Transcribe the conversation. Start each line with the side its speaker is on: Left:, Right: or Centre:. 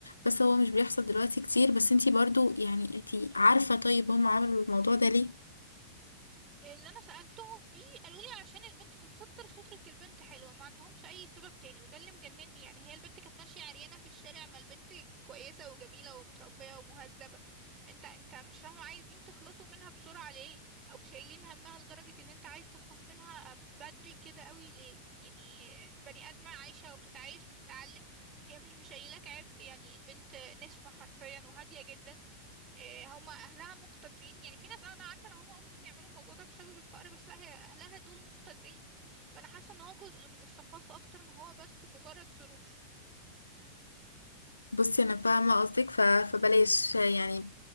Left: بس هو مش بيحصل دلوقتي كتير بس انتي برضو يعني انتي عارفة طيب هم عملوا الموضوع ده ليه
Right: اللي انا سألتهم فيه قالوا لي عشان البنت تتستر سترة البنت حلوة ما عندهمش اي سبب تاني وده اللي مجنني يعني هي البنت كانت ماشية عريانة في الشارع ما البنت كويسة وجميلة ومتربية ومهذبة انت انت مش فاهمة عايزين تخلصوا منها بسرعة ليه او شايلين همها لدرجة ان انت عايز تخلص منها بدري كده قوي ليه يعني آه، بني آدمة عايشة وبتتعايش بتتعلم هي مش مشايلاك عبء يعني البنت نسمة حرفيا وهادية جدا إيه، هما اهلها مقتدرين يعني في ناس أه، انا عارفه ان هما ممكن يعملوا الموضوع ده بسبب الفقر بس لا هي اهلها دول مقتدرين فانا حاسه ان هو جزء من الثقافه اكتر ما هو بس مجرد ظروف
Left: بصي انا فاهمة قصدك ف... فبلاش يعني